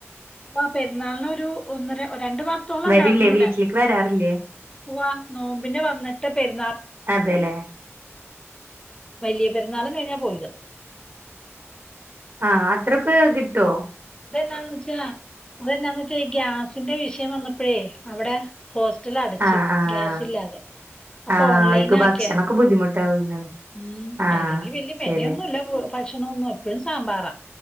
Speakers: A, on the left (about 15°); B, on the right (about 50°).
A: അപ്പ പെരുന്നാളിനൊരു ഒന്നര- രണ്ടു മാസത്തോളം
B: വരില്ലേ
A: ണ്ടായിരുന്നു വിടെ
B: വീട്ടിലേക്ക് വരാറില്ലേ
A: വാ നോമ്പിനെ വന്നിട്ട് പെരുന്നാൾ-
B: അതെലെ?
A: വലിയ പെരുന്നാളും കഴിഞ്ഞാ പോയത്.
B: ആ അത്രക്കെ കിട്ടോ?
A: അതെന്നാന്ന് വെച്ചാ അതെന്നാന്ന് വച്ചാ ഗ്യാസിന്റെ വിഷയം വന്നപ്പോഴേ അവിടെ. ഹോസ്റ്റൽ അടച്ചു
B: ആഹ് ആഹ്
A: ഗ്യാസ്ല്ലാതെ. അപ്പൊ
B: ആഹ്
A: ഓൺലൈനക്കിയായിരുന്നു
B: അവർക്ക് ഭക്ഷണൊക്കെ ബുദ്ധിമുട്ടാവുണ്ടാവും
A: ഉം
B: ആഹ്
A: അല്ലെങ്കി വലിയ
B: ശരിയാ
A: പെനയൊന്നുംല്ല. ഭക്ഷണൊന്നും എപ്പഴും സാമ്പാറാ